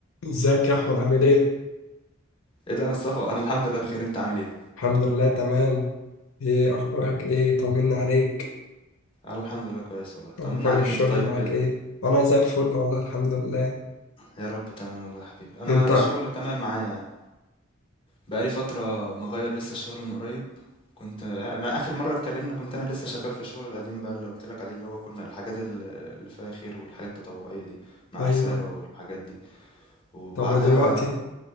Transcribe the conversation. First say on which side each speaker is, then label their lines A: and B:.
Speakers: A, on the left; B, on the left.
A: ازيك يا احمد عامل ايه
B: ايه ده يا مصطفى انا الحمد لله بخير انت عامل ايه
A: الحمد لله تمام ايه اخبارك ايه طمني عليك
B: انا الحمد لله كويس والله
A: اخبار
B: طمنا عليك
A: الشغل
B: انت طيب
A: معاك
B: كده
A: ايه انا زي الفل والله الحمد لله
B: يا رب تمام والله يا حبيبي انا
A: انت
B: الشغل تمام معايا يعني بقالي فتره مغير لسه الشغل من قريب كنت أنا اخر مره اتكلمنا كنت انا لسه شغال في الشغل القديم بقى اللي قلت لك عليه اللي هو كنا الحاجات ال- اللي فيها خير والحاجات التطوعيه دي مع
A: ايوه
B: رساله
A: أيوة.
B: والحاجات دي وبعدها
A: طب ودلوقتي